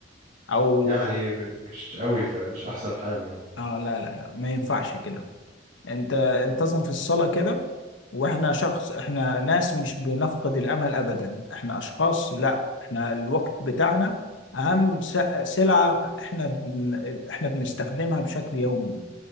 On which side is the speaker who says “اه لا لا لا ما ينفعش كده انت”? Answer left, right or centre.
Left